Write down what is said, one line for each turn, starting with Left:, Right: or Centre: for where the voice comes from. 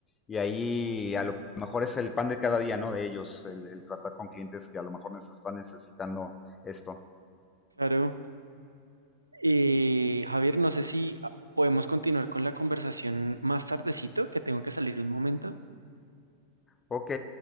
Left: y ahí a lo mejor es el pan de cada día, ¿no? De ellos, el, el tratar con clientes que a lo mejor nos están necesitando esto.
Right: Claro. Eh, Javier, no sé si podemos continuar con la conversación más tardecito, que tengo que salir un momento.
Left: Ok,